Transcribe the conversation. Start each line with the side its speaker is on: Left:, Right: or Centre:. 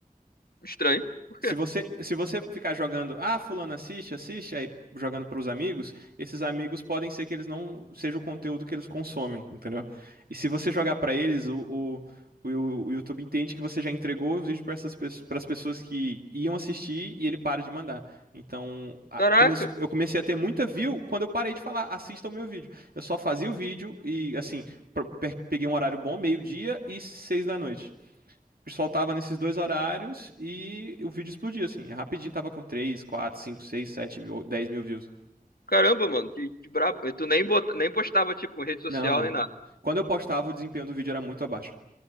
Left: Estranho. Por
Right: Se
Left: quê?
Right: você, se você ficar jogando, ah, fulano assiste, assiste, aí jogando para os amigos, esses amigos podem ser que eles não seja o conteúdo que eles consomem, entendeu? E se você jogar para eles, o, o, o- o YouTube entende que você já entregou o vídeo para essas para as pessoas que iam assistir e ele para de mandar. Então, a-
Left: Caraca,
Right: começou- eu comecei a ter muita view quando eu parei de falar, assista o meu vídeo. Eu só fazia o vídeo e assim, pro- pe- peguei um horário bom, meio-dia e seis da noite soltava nesses dois horários e o vídeo explodia, assim. Rapidinho tava com três quatro cinco seis 7 mil, 10 mil views.
Left: caramba, mano, que, que brabo. E tu nem, bota, nem postava, tipo, em rede social
Right: Não, não.
Left: nem nada.
Right: Quando eu postava, o desempenho do vídeo era muito abaixo.